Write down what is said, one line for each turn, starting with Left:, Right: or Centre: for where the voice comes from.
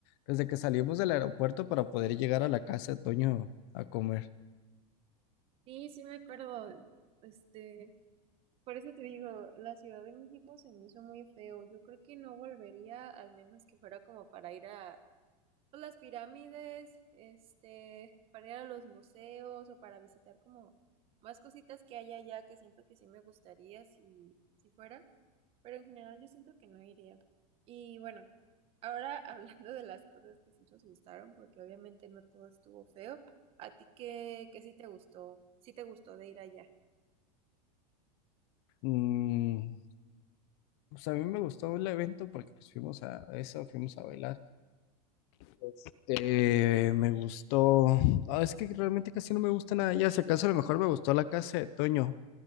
Left: desde que salimos del aeropuerto para poder llegar a la casa de Toño a comer.
Right: Sí, sí me acuerdo. Este, por eso te digo, la Ciudad de México se me hizo muy feo. Yo creo que no volvería, al menos que fuera como para ir a pues, las pirámides, este, para ir a los museos o para visitar como más cositas que hay allá que siento que sí me gustaría si, si fuera, pero en general yo siento que no iría. Y bueno, ahora <laughs> hablando de las cosas que sí nos gustaron, porque obviamente no todo estuvo feo, ¿a ti qué, qué sí te gustó? Sí te gustó de ir allá.
Left: Mm, pues a mí me gustó el evento porque pues fuimos a eso, fuimos a bailar. Este, me gustó. ah, es que realmente casi no me gusta nada. Ya, si acaso a lo mejor me gustó la casa de Toño.